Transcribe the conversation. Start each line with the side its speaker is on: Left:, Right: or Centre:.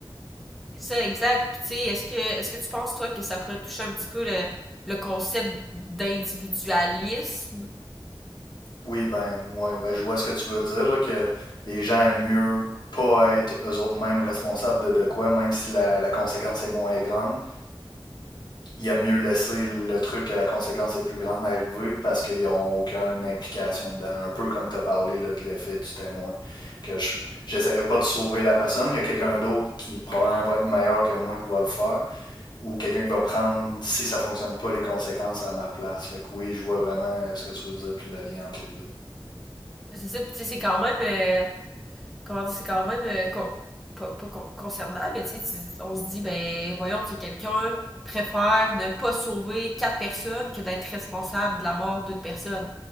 Centre: C'est ça, exact. Puis, tu sais, est-ce que est-ce que tu penses toi que ça pourrait toucher un petit peu le, le concept d'individualisme?
Left: Oui, ben, ouais, ben, je vois ce que tu veux dire, là, que les gens aiment mieux pas être eux autres mêmes responsables de de quoi, même si la, la conséquence est moins grande. Il y a mieux laisser le truc que la conséquence est plus grande arriver parce qu'ils n'ont aucune implication dedans. Un peu comme tu as parlé là, de l'effet du témoin. Que je j'essaierai pas de sauver la personne. Il y a quelqu'un d'autre qui probablement va être meilleur que moi qui va le faire. ou quelqu'un qui va prendre, si ça fonctionne pas, les conséquences à ma place. Fait que oui, je vois vraiment ce que tu veux dire, puis le lien entre les deux.
Centre: C'est ça. Puis tu sais, c'est quand même euh, comment dire, c'est quand même euh, con- pas, pas con- concernant, mais tu sais, tu- on se dit, ben voyons, tu sais, quelqu'un préfère ne pas sauver quatre personnes que d'être responsable de la mort d'une personne.